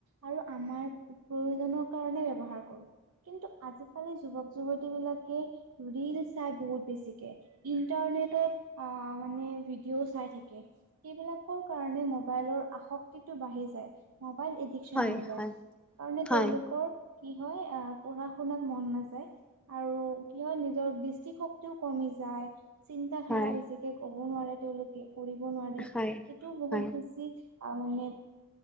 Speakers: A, on the right (about 75°); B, in the centre.
A: আৰু আমাৰ প্ৰয়োজনৰ কাৰণে ব্যৱহাৰ কৰো কিন্তু আজিকালি যুৱক যুৱতী বিলাকে ৰিল চাই বহুত বেছিকে ইণ্টাৰনেটত আ মানে ভিডিঅ' চাই থাকে এইবিলাকৰ কাৰণে মোবাইলৰ আসক্তিটো বাঢ়ি যায় মবাইল এডিকচন
B: হয়
A: হৈ যায়
B: হয়
A: কাৰণে
B: হয়
A: তেওঁলোকৰ কি হয় আহ পঢ়া শুনাত মন নাযায় আৰু কিয় হয় নিজৰ দৃষ্টিশক্তিও কমি যায় চিন্ত ধাৰা
B: হয়
A: বেছিকে কব নোৱাৰে তেওঁলোকে কৰিব নোৱাৰে
B: হয়
A: এইটো বহুত
B: হয়
A: বেছি আহ মানে